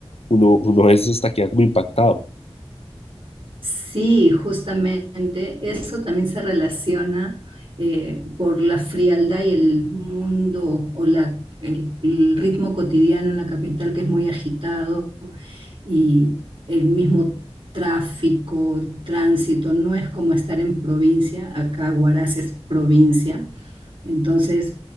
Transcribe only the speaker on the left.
uno, uno a veces hasta queda como impactado.